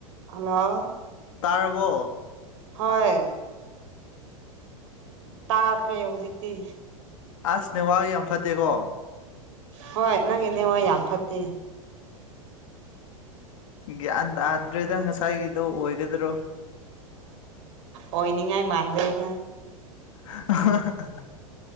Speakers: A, on the right; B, on the left.
A: Hello
B: ꯇꯥꯔꯕꯣ
A: ꯍꯣꯏ ꯇꯥꯈ꯭ꯔꯦ ꯍꯧꯖꯤꯛꯇꯤ
B: ꯑꯁ ꯅꯦꯠꯋꯥꯛ ꯌꯥꯝ ꯐꯠꯇꯦꯀꯣ
A: ꯍꯣꯏ ꯅꯪꯒꯤ ꯅꯦꯠꯋꯥꯛ ꯌꯥꯝ ꯐꯠꯇꯦ
B: ꯒ꯭ꯌꯥꯟ ꯇꯥꯗ꯭ꯔꯦꯗ ꯉꯁꯥꯏꯒꯤꯗꯣ ꯑꯣꯏꯒꯗ꯭ꯔꯣ
A: ꯑꯣꯏꯅꯤꯡꯉꯥꯏ ꯃꯥꯟꯗꯦꯗꯥ
B: <unintelligible>